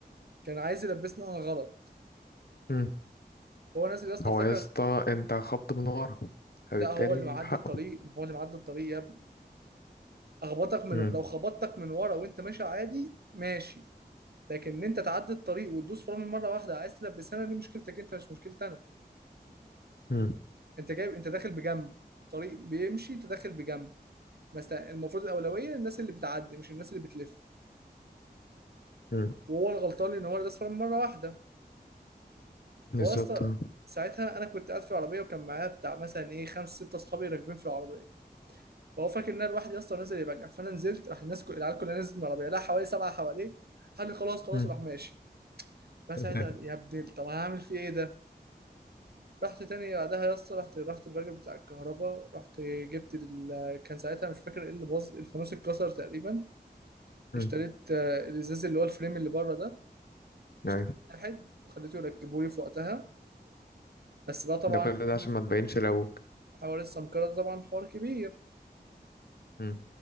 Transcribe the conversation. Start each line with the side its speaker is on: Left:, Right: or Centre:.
Right: كان عايز يلبسني انا غلط
Left: مم.
Right: هو نازل يا اسطى
Left: هو
Right: افتكر
Left: يا اسطى انت خبط من ورا فبالتالي
Right: لا هو اللي معدي
Left: حقه
Right: الطريق ما هو اللي معدي الطريق يا ابني اخبطك من
Left: مم.
Right: لو خبطتك من ورا وانت ماشي عادي ماشي لكن ان انت تعدي الطريق وتدوس فرامل مره واحده عايز تلبسها دي مشكلتك انت مش مشكلتي انا
Left: مم.
Right: انت جايب انت داخل بجنب طريق بيمشي انت داخل بجنب مثلا المفروض الاولويه للناس اللي بتعدي مش الناس اللي بتلف
Left: مم.
Right: وهو الغلطان ان هو داس فرامل مره واحده
Left: بالظبط
Right: هو يا اسطى
Left: اه.
Right: ساعتها انا كنت قاعد في العربيه وكان معايا بتاع مثلا ايه خمس ست اصحابي راكبين في العربيه فهو فاكر ان انا لوحدي اصلا نازل يبجع فانا نزلت راح الناس كل... العيال كلها نزلت من العربيه لا حوالي سبعه حواليه قال لي خلاص خلاص
Left: مم.
Right: وراح ماشي فساعتها
Left: <laughs>
Right: يا ابني طب هعمل فيه ايه ده رحت تاني بعدها يا اسطى رحت رحت الراجل بتاع الكهرباء رحت جبت ال... كان ساعتها مش فاكر ايه اللي باظ الفانوس اتكسر تقريبا
Left: مم.
Right: اشتريت آه، الازاز اللي هو الفريم اللي بره ده اشتريت
Left: ايوه
Right: واحد وخليته يركبه لي في وقتها بس بقى طبعا
Left: ده كل
Right: حوار
Left: ده عشان
Right: الس-
Left: ما تبينش لابوك
Right: حوار السمكرة ده طبعا حوار كبير
Left: مم.